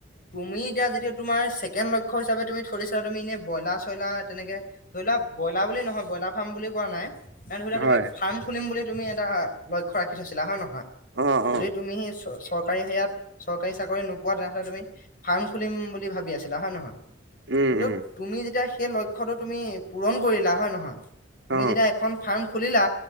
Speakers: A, on the left; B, on the right.
A: তুমি এতিয়া যেতিয়া তোমাৰ ছেকেণ্ড লক্ষ্য হিচাপে তুমি থৈছিলা তুমি এনেই ব্ৰইলাৰ চইলাৰ তেনেকে। ধৰি লোৱা ব্ৰইলাৰ বুলি নহয় ব্ৰইলাৰ ফাৰ্ম বুলি কোৱা নাই এ ধৰিলো
B: হয়
A: তুমি ফাৰ্ম খুলিম বুলি তুমি এটা লক্ষ্য ৰাখি থৈছিলা হয় নহয়
B: অ
A: যদি
B: অ
A: তুমি চৰকাৰী সেয়াত চৰকাৰী চাকৰি নোপোৱা তেনেহ'লে তুমি ফাৰ্ম খুলিম বুলি ভাবি আছিলা হয় ন নহয়
B: উম
A: কিন্তু
B: উম
A: তুমি যেতিয়া সেই লক্ষ্যটো তুমি পূৰণ কৰিলা হয় নহয় তুমি
B: অ
A: যেতিয়া এখন ফাৰ্ম খুলিলা